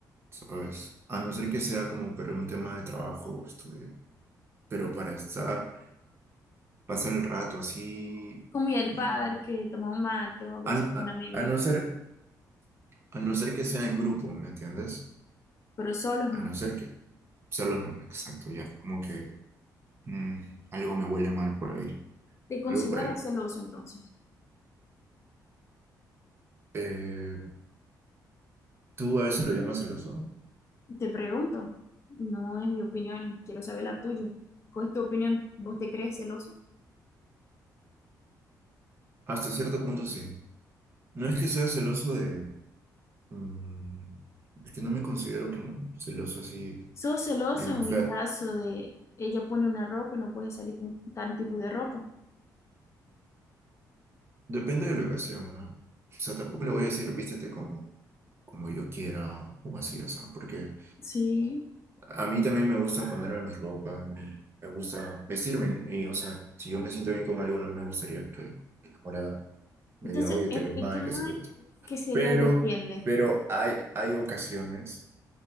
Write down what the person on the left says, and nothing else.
Como ir al
parque, tomar un mate o algo
así con
amigos.
pero solos
no.
¿Te consideras
celoso entonces?
Te pregunto, no es mi opinión, quiero saber la tuya. ¿Cuál es tu opinión? ¿Vos te crees celoso?
¿Sos celoso
en caso de ella pone una ropa y no puedes salir con tal tipo de ropa?
Sí.
Entonces,
explícame
qué sería
depende.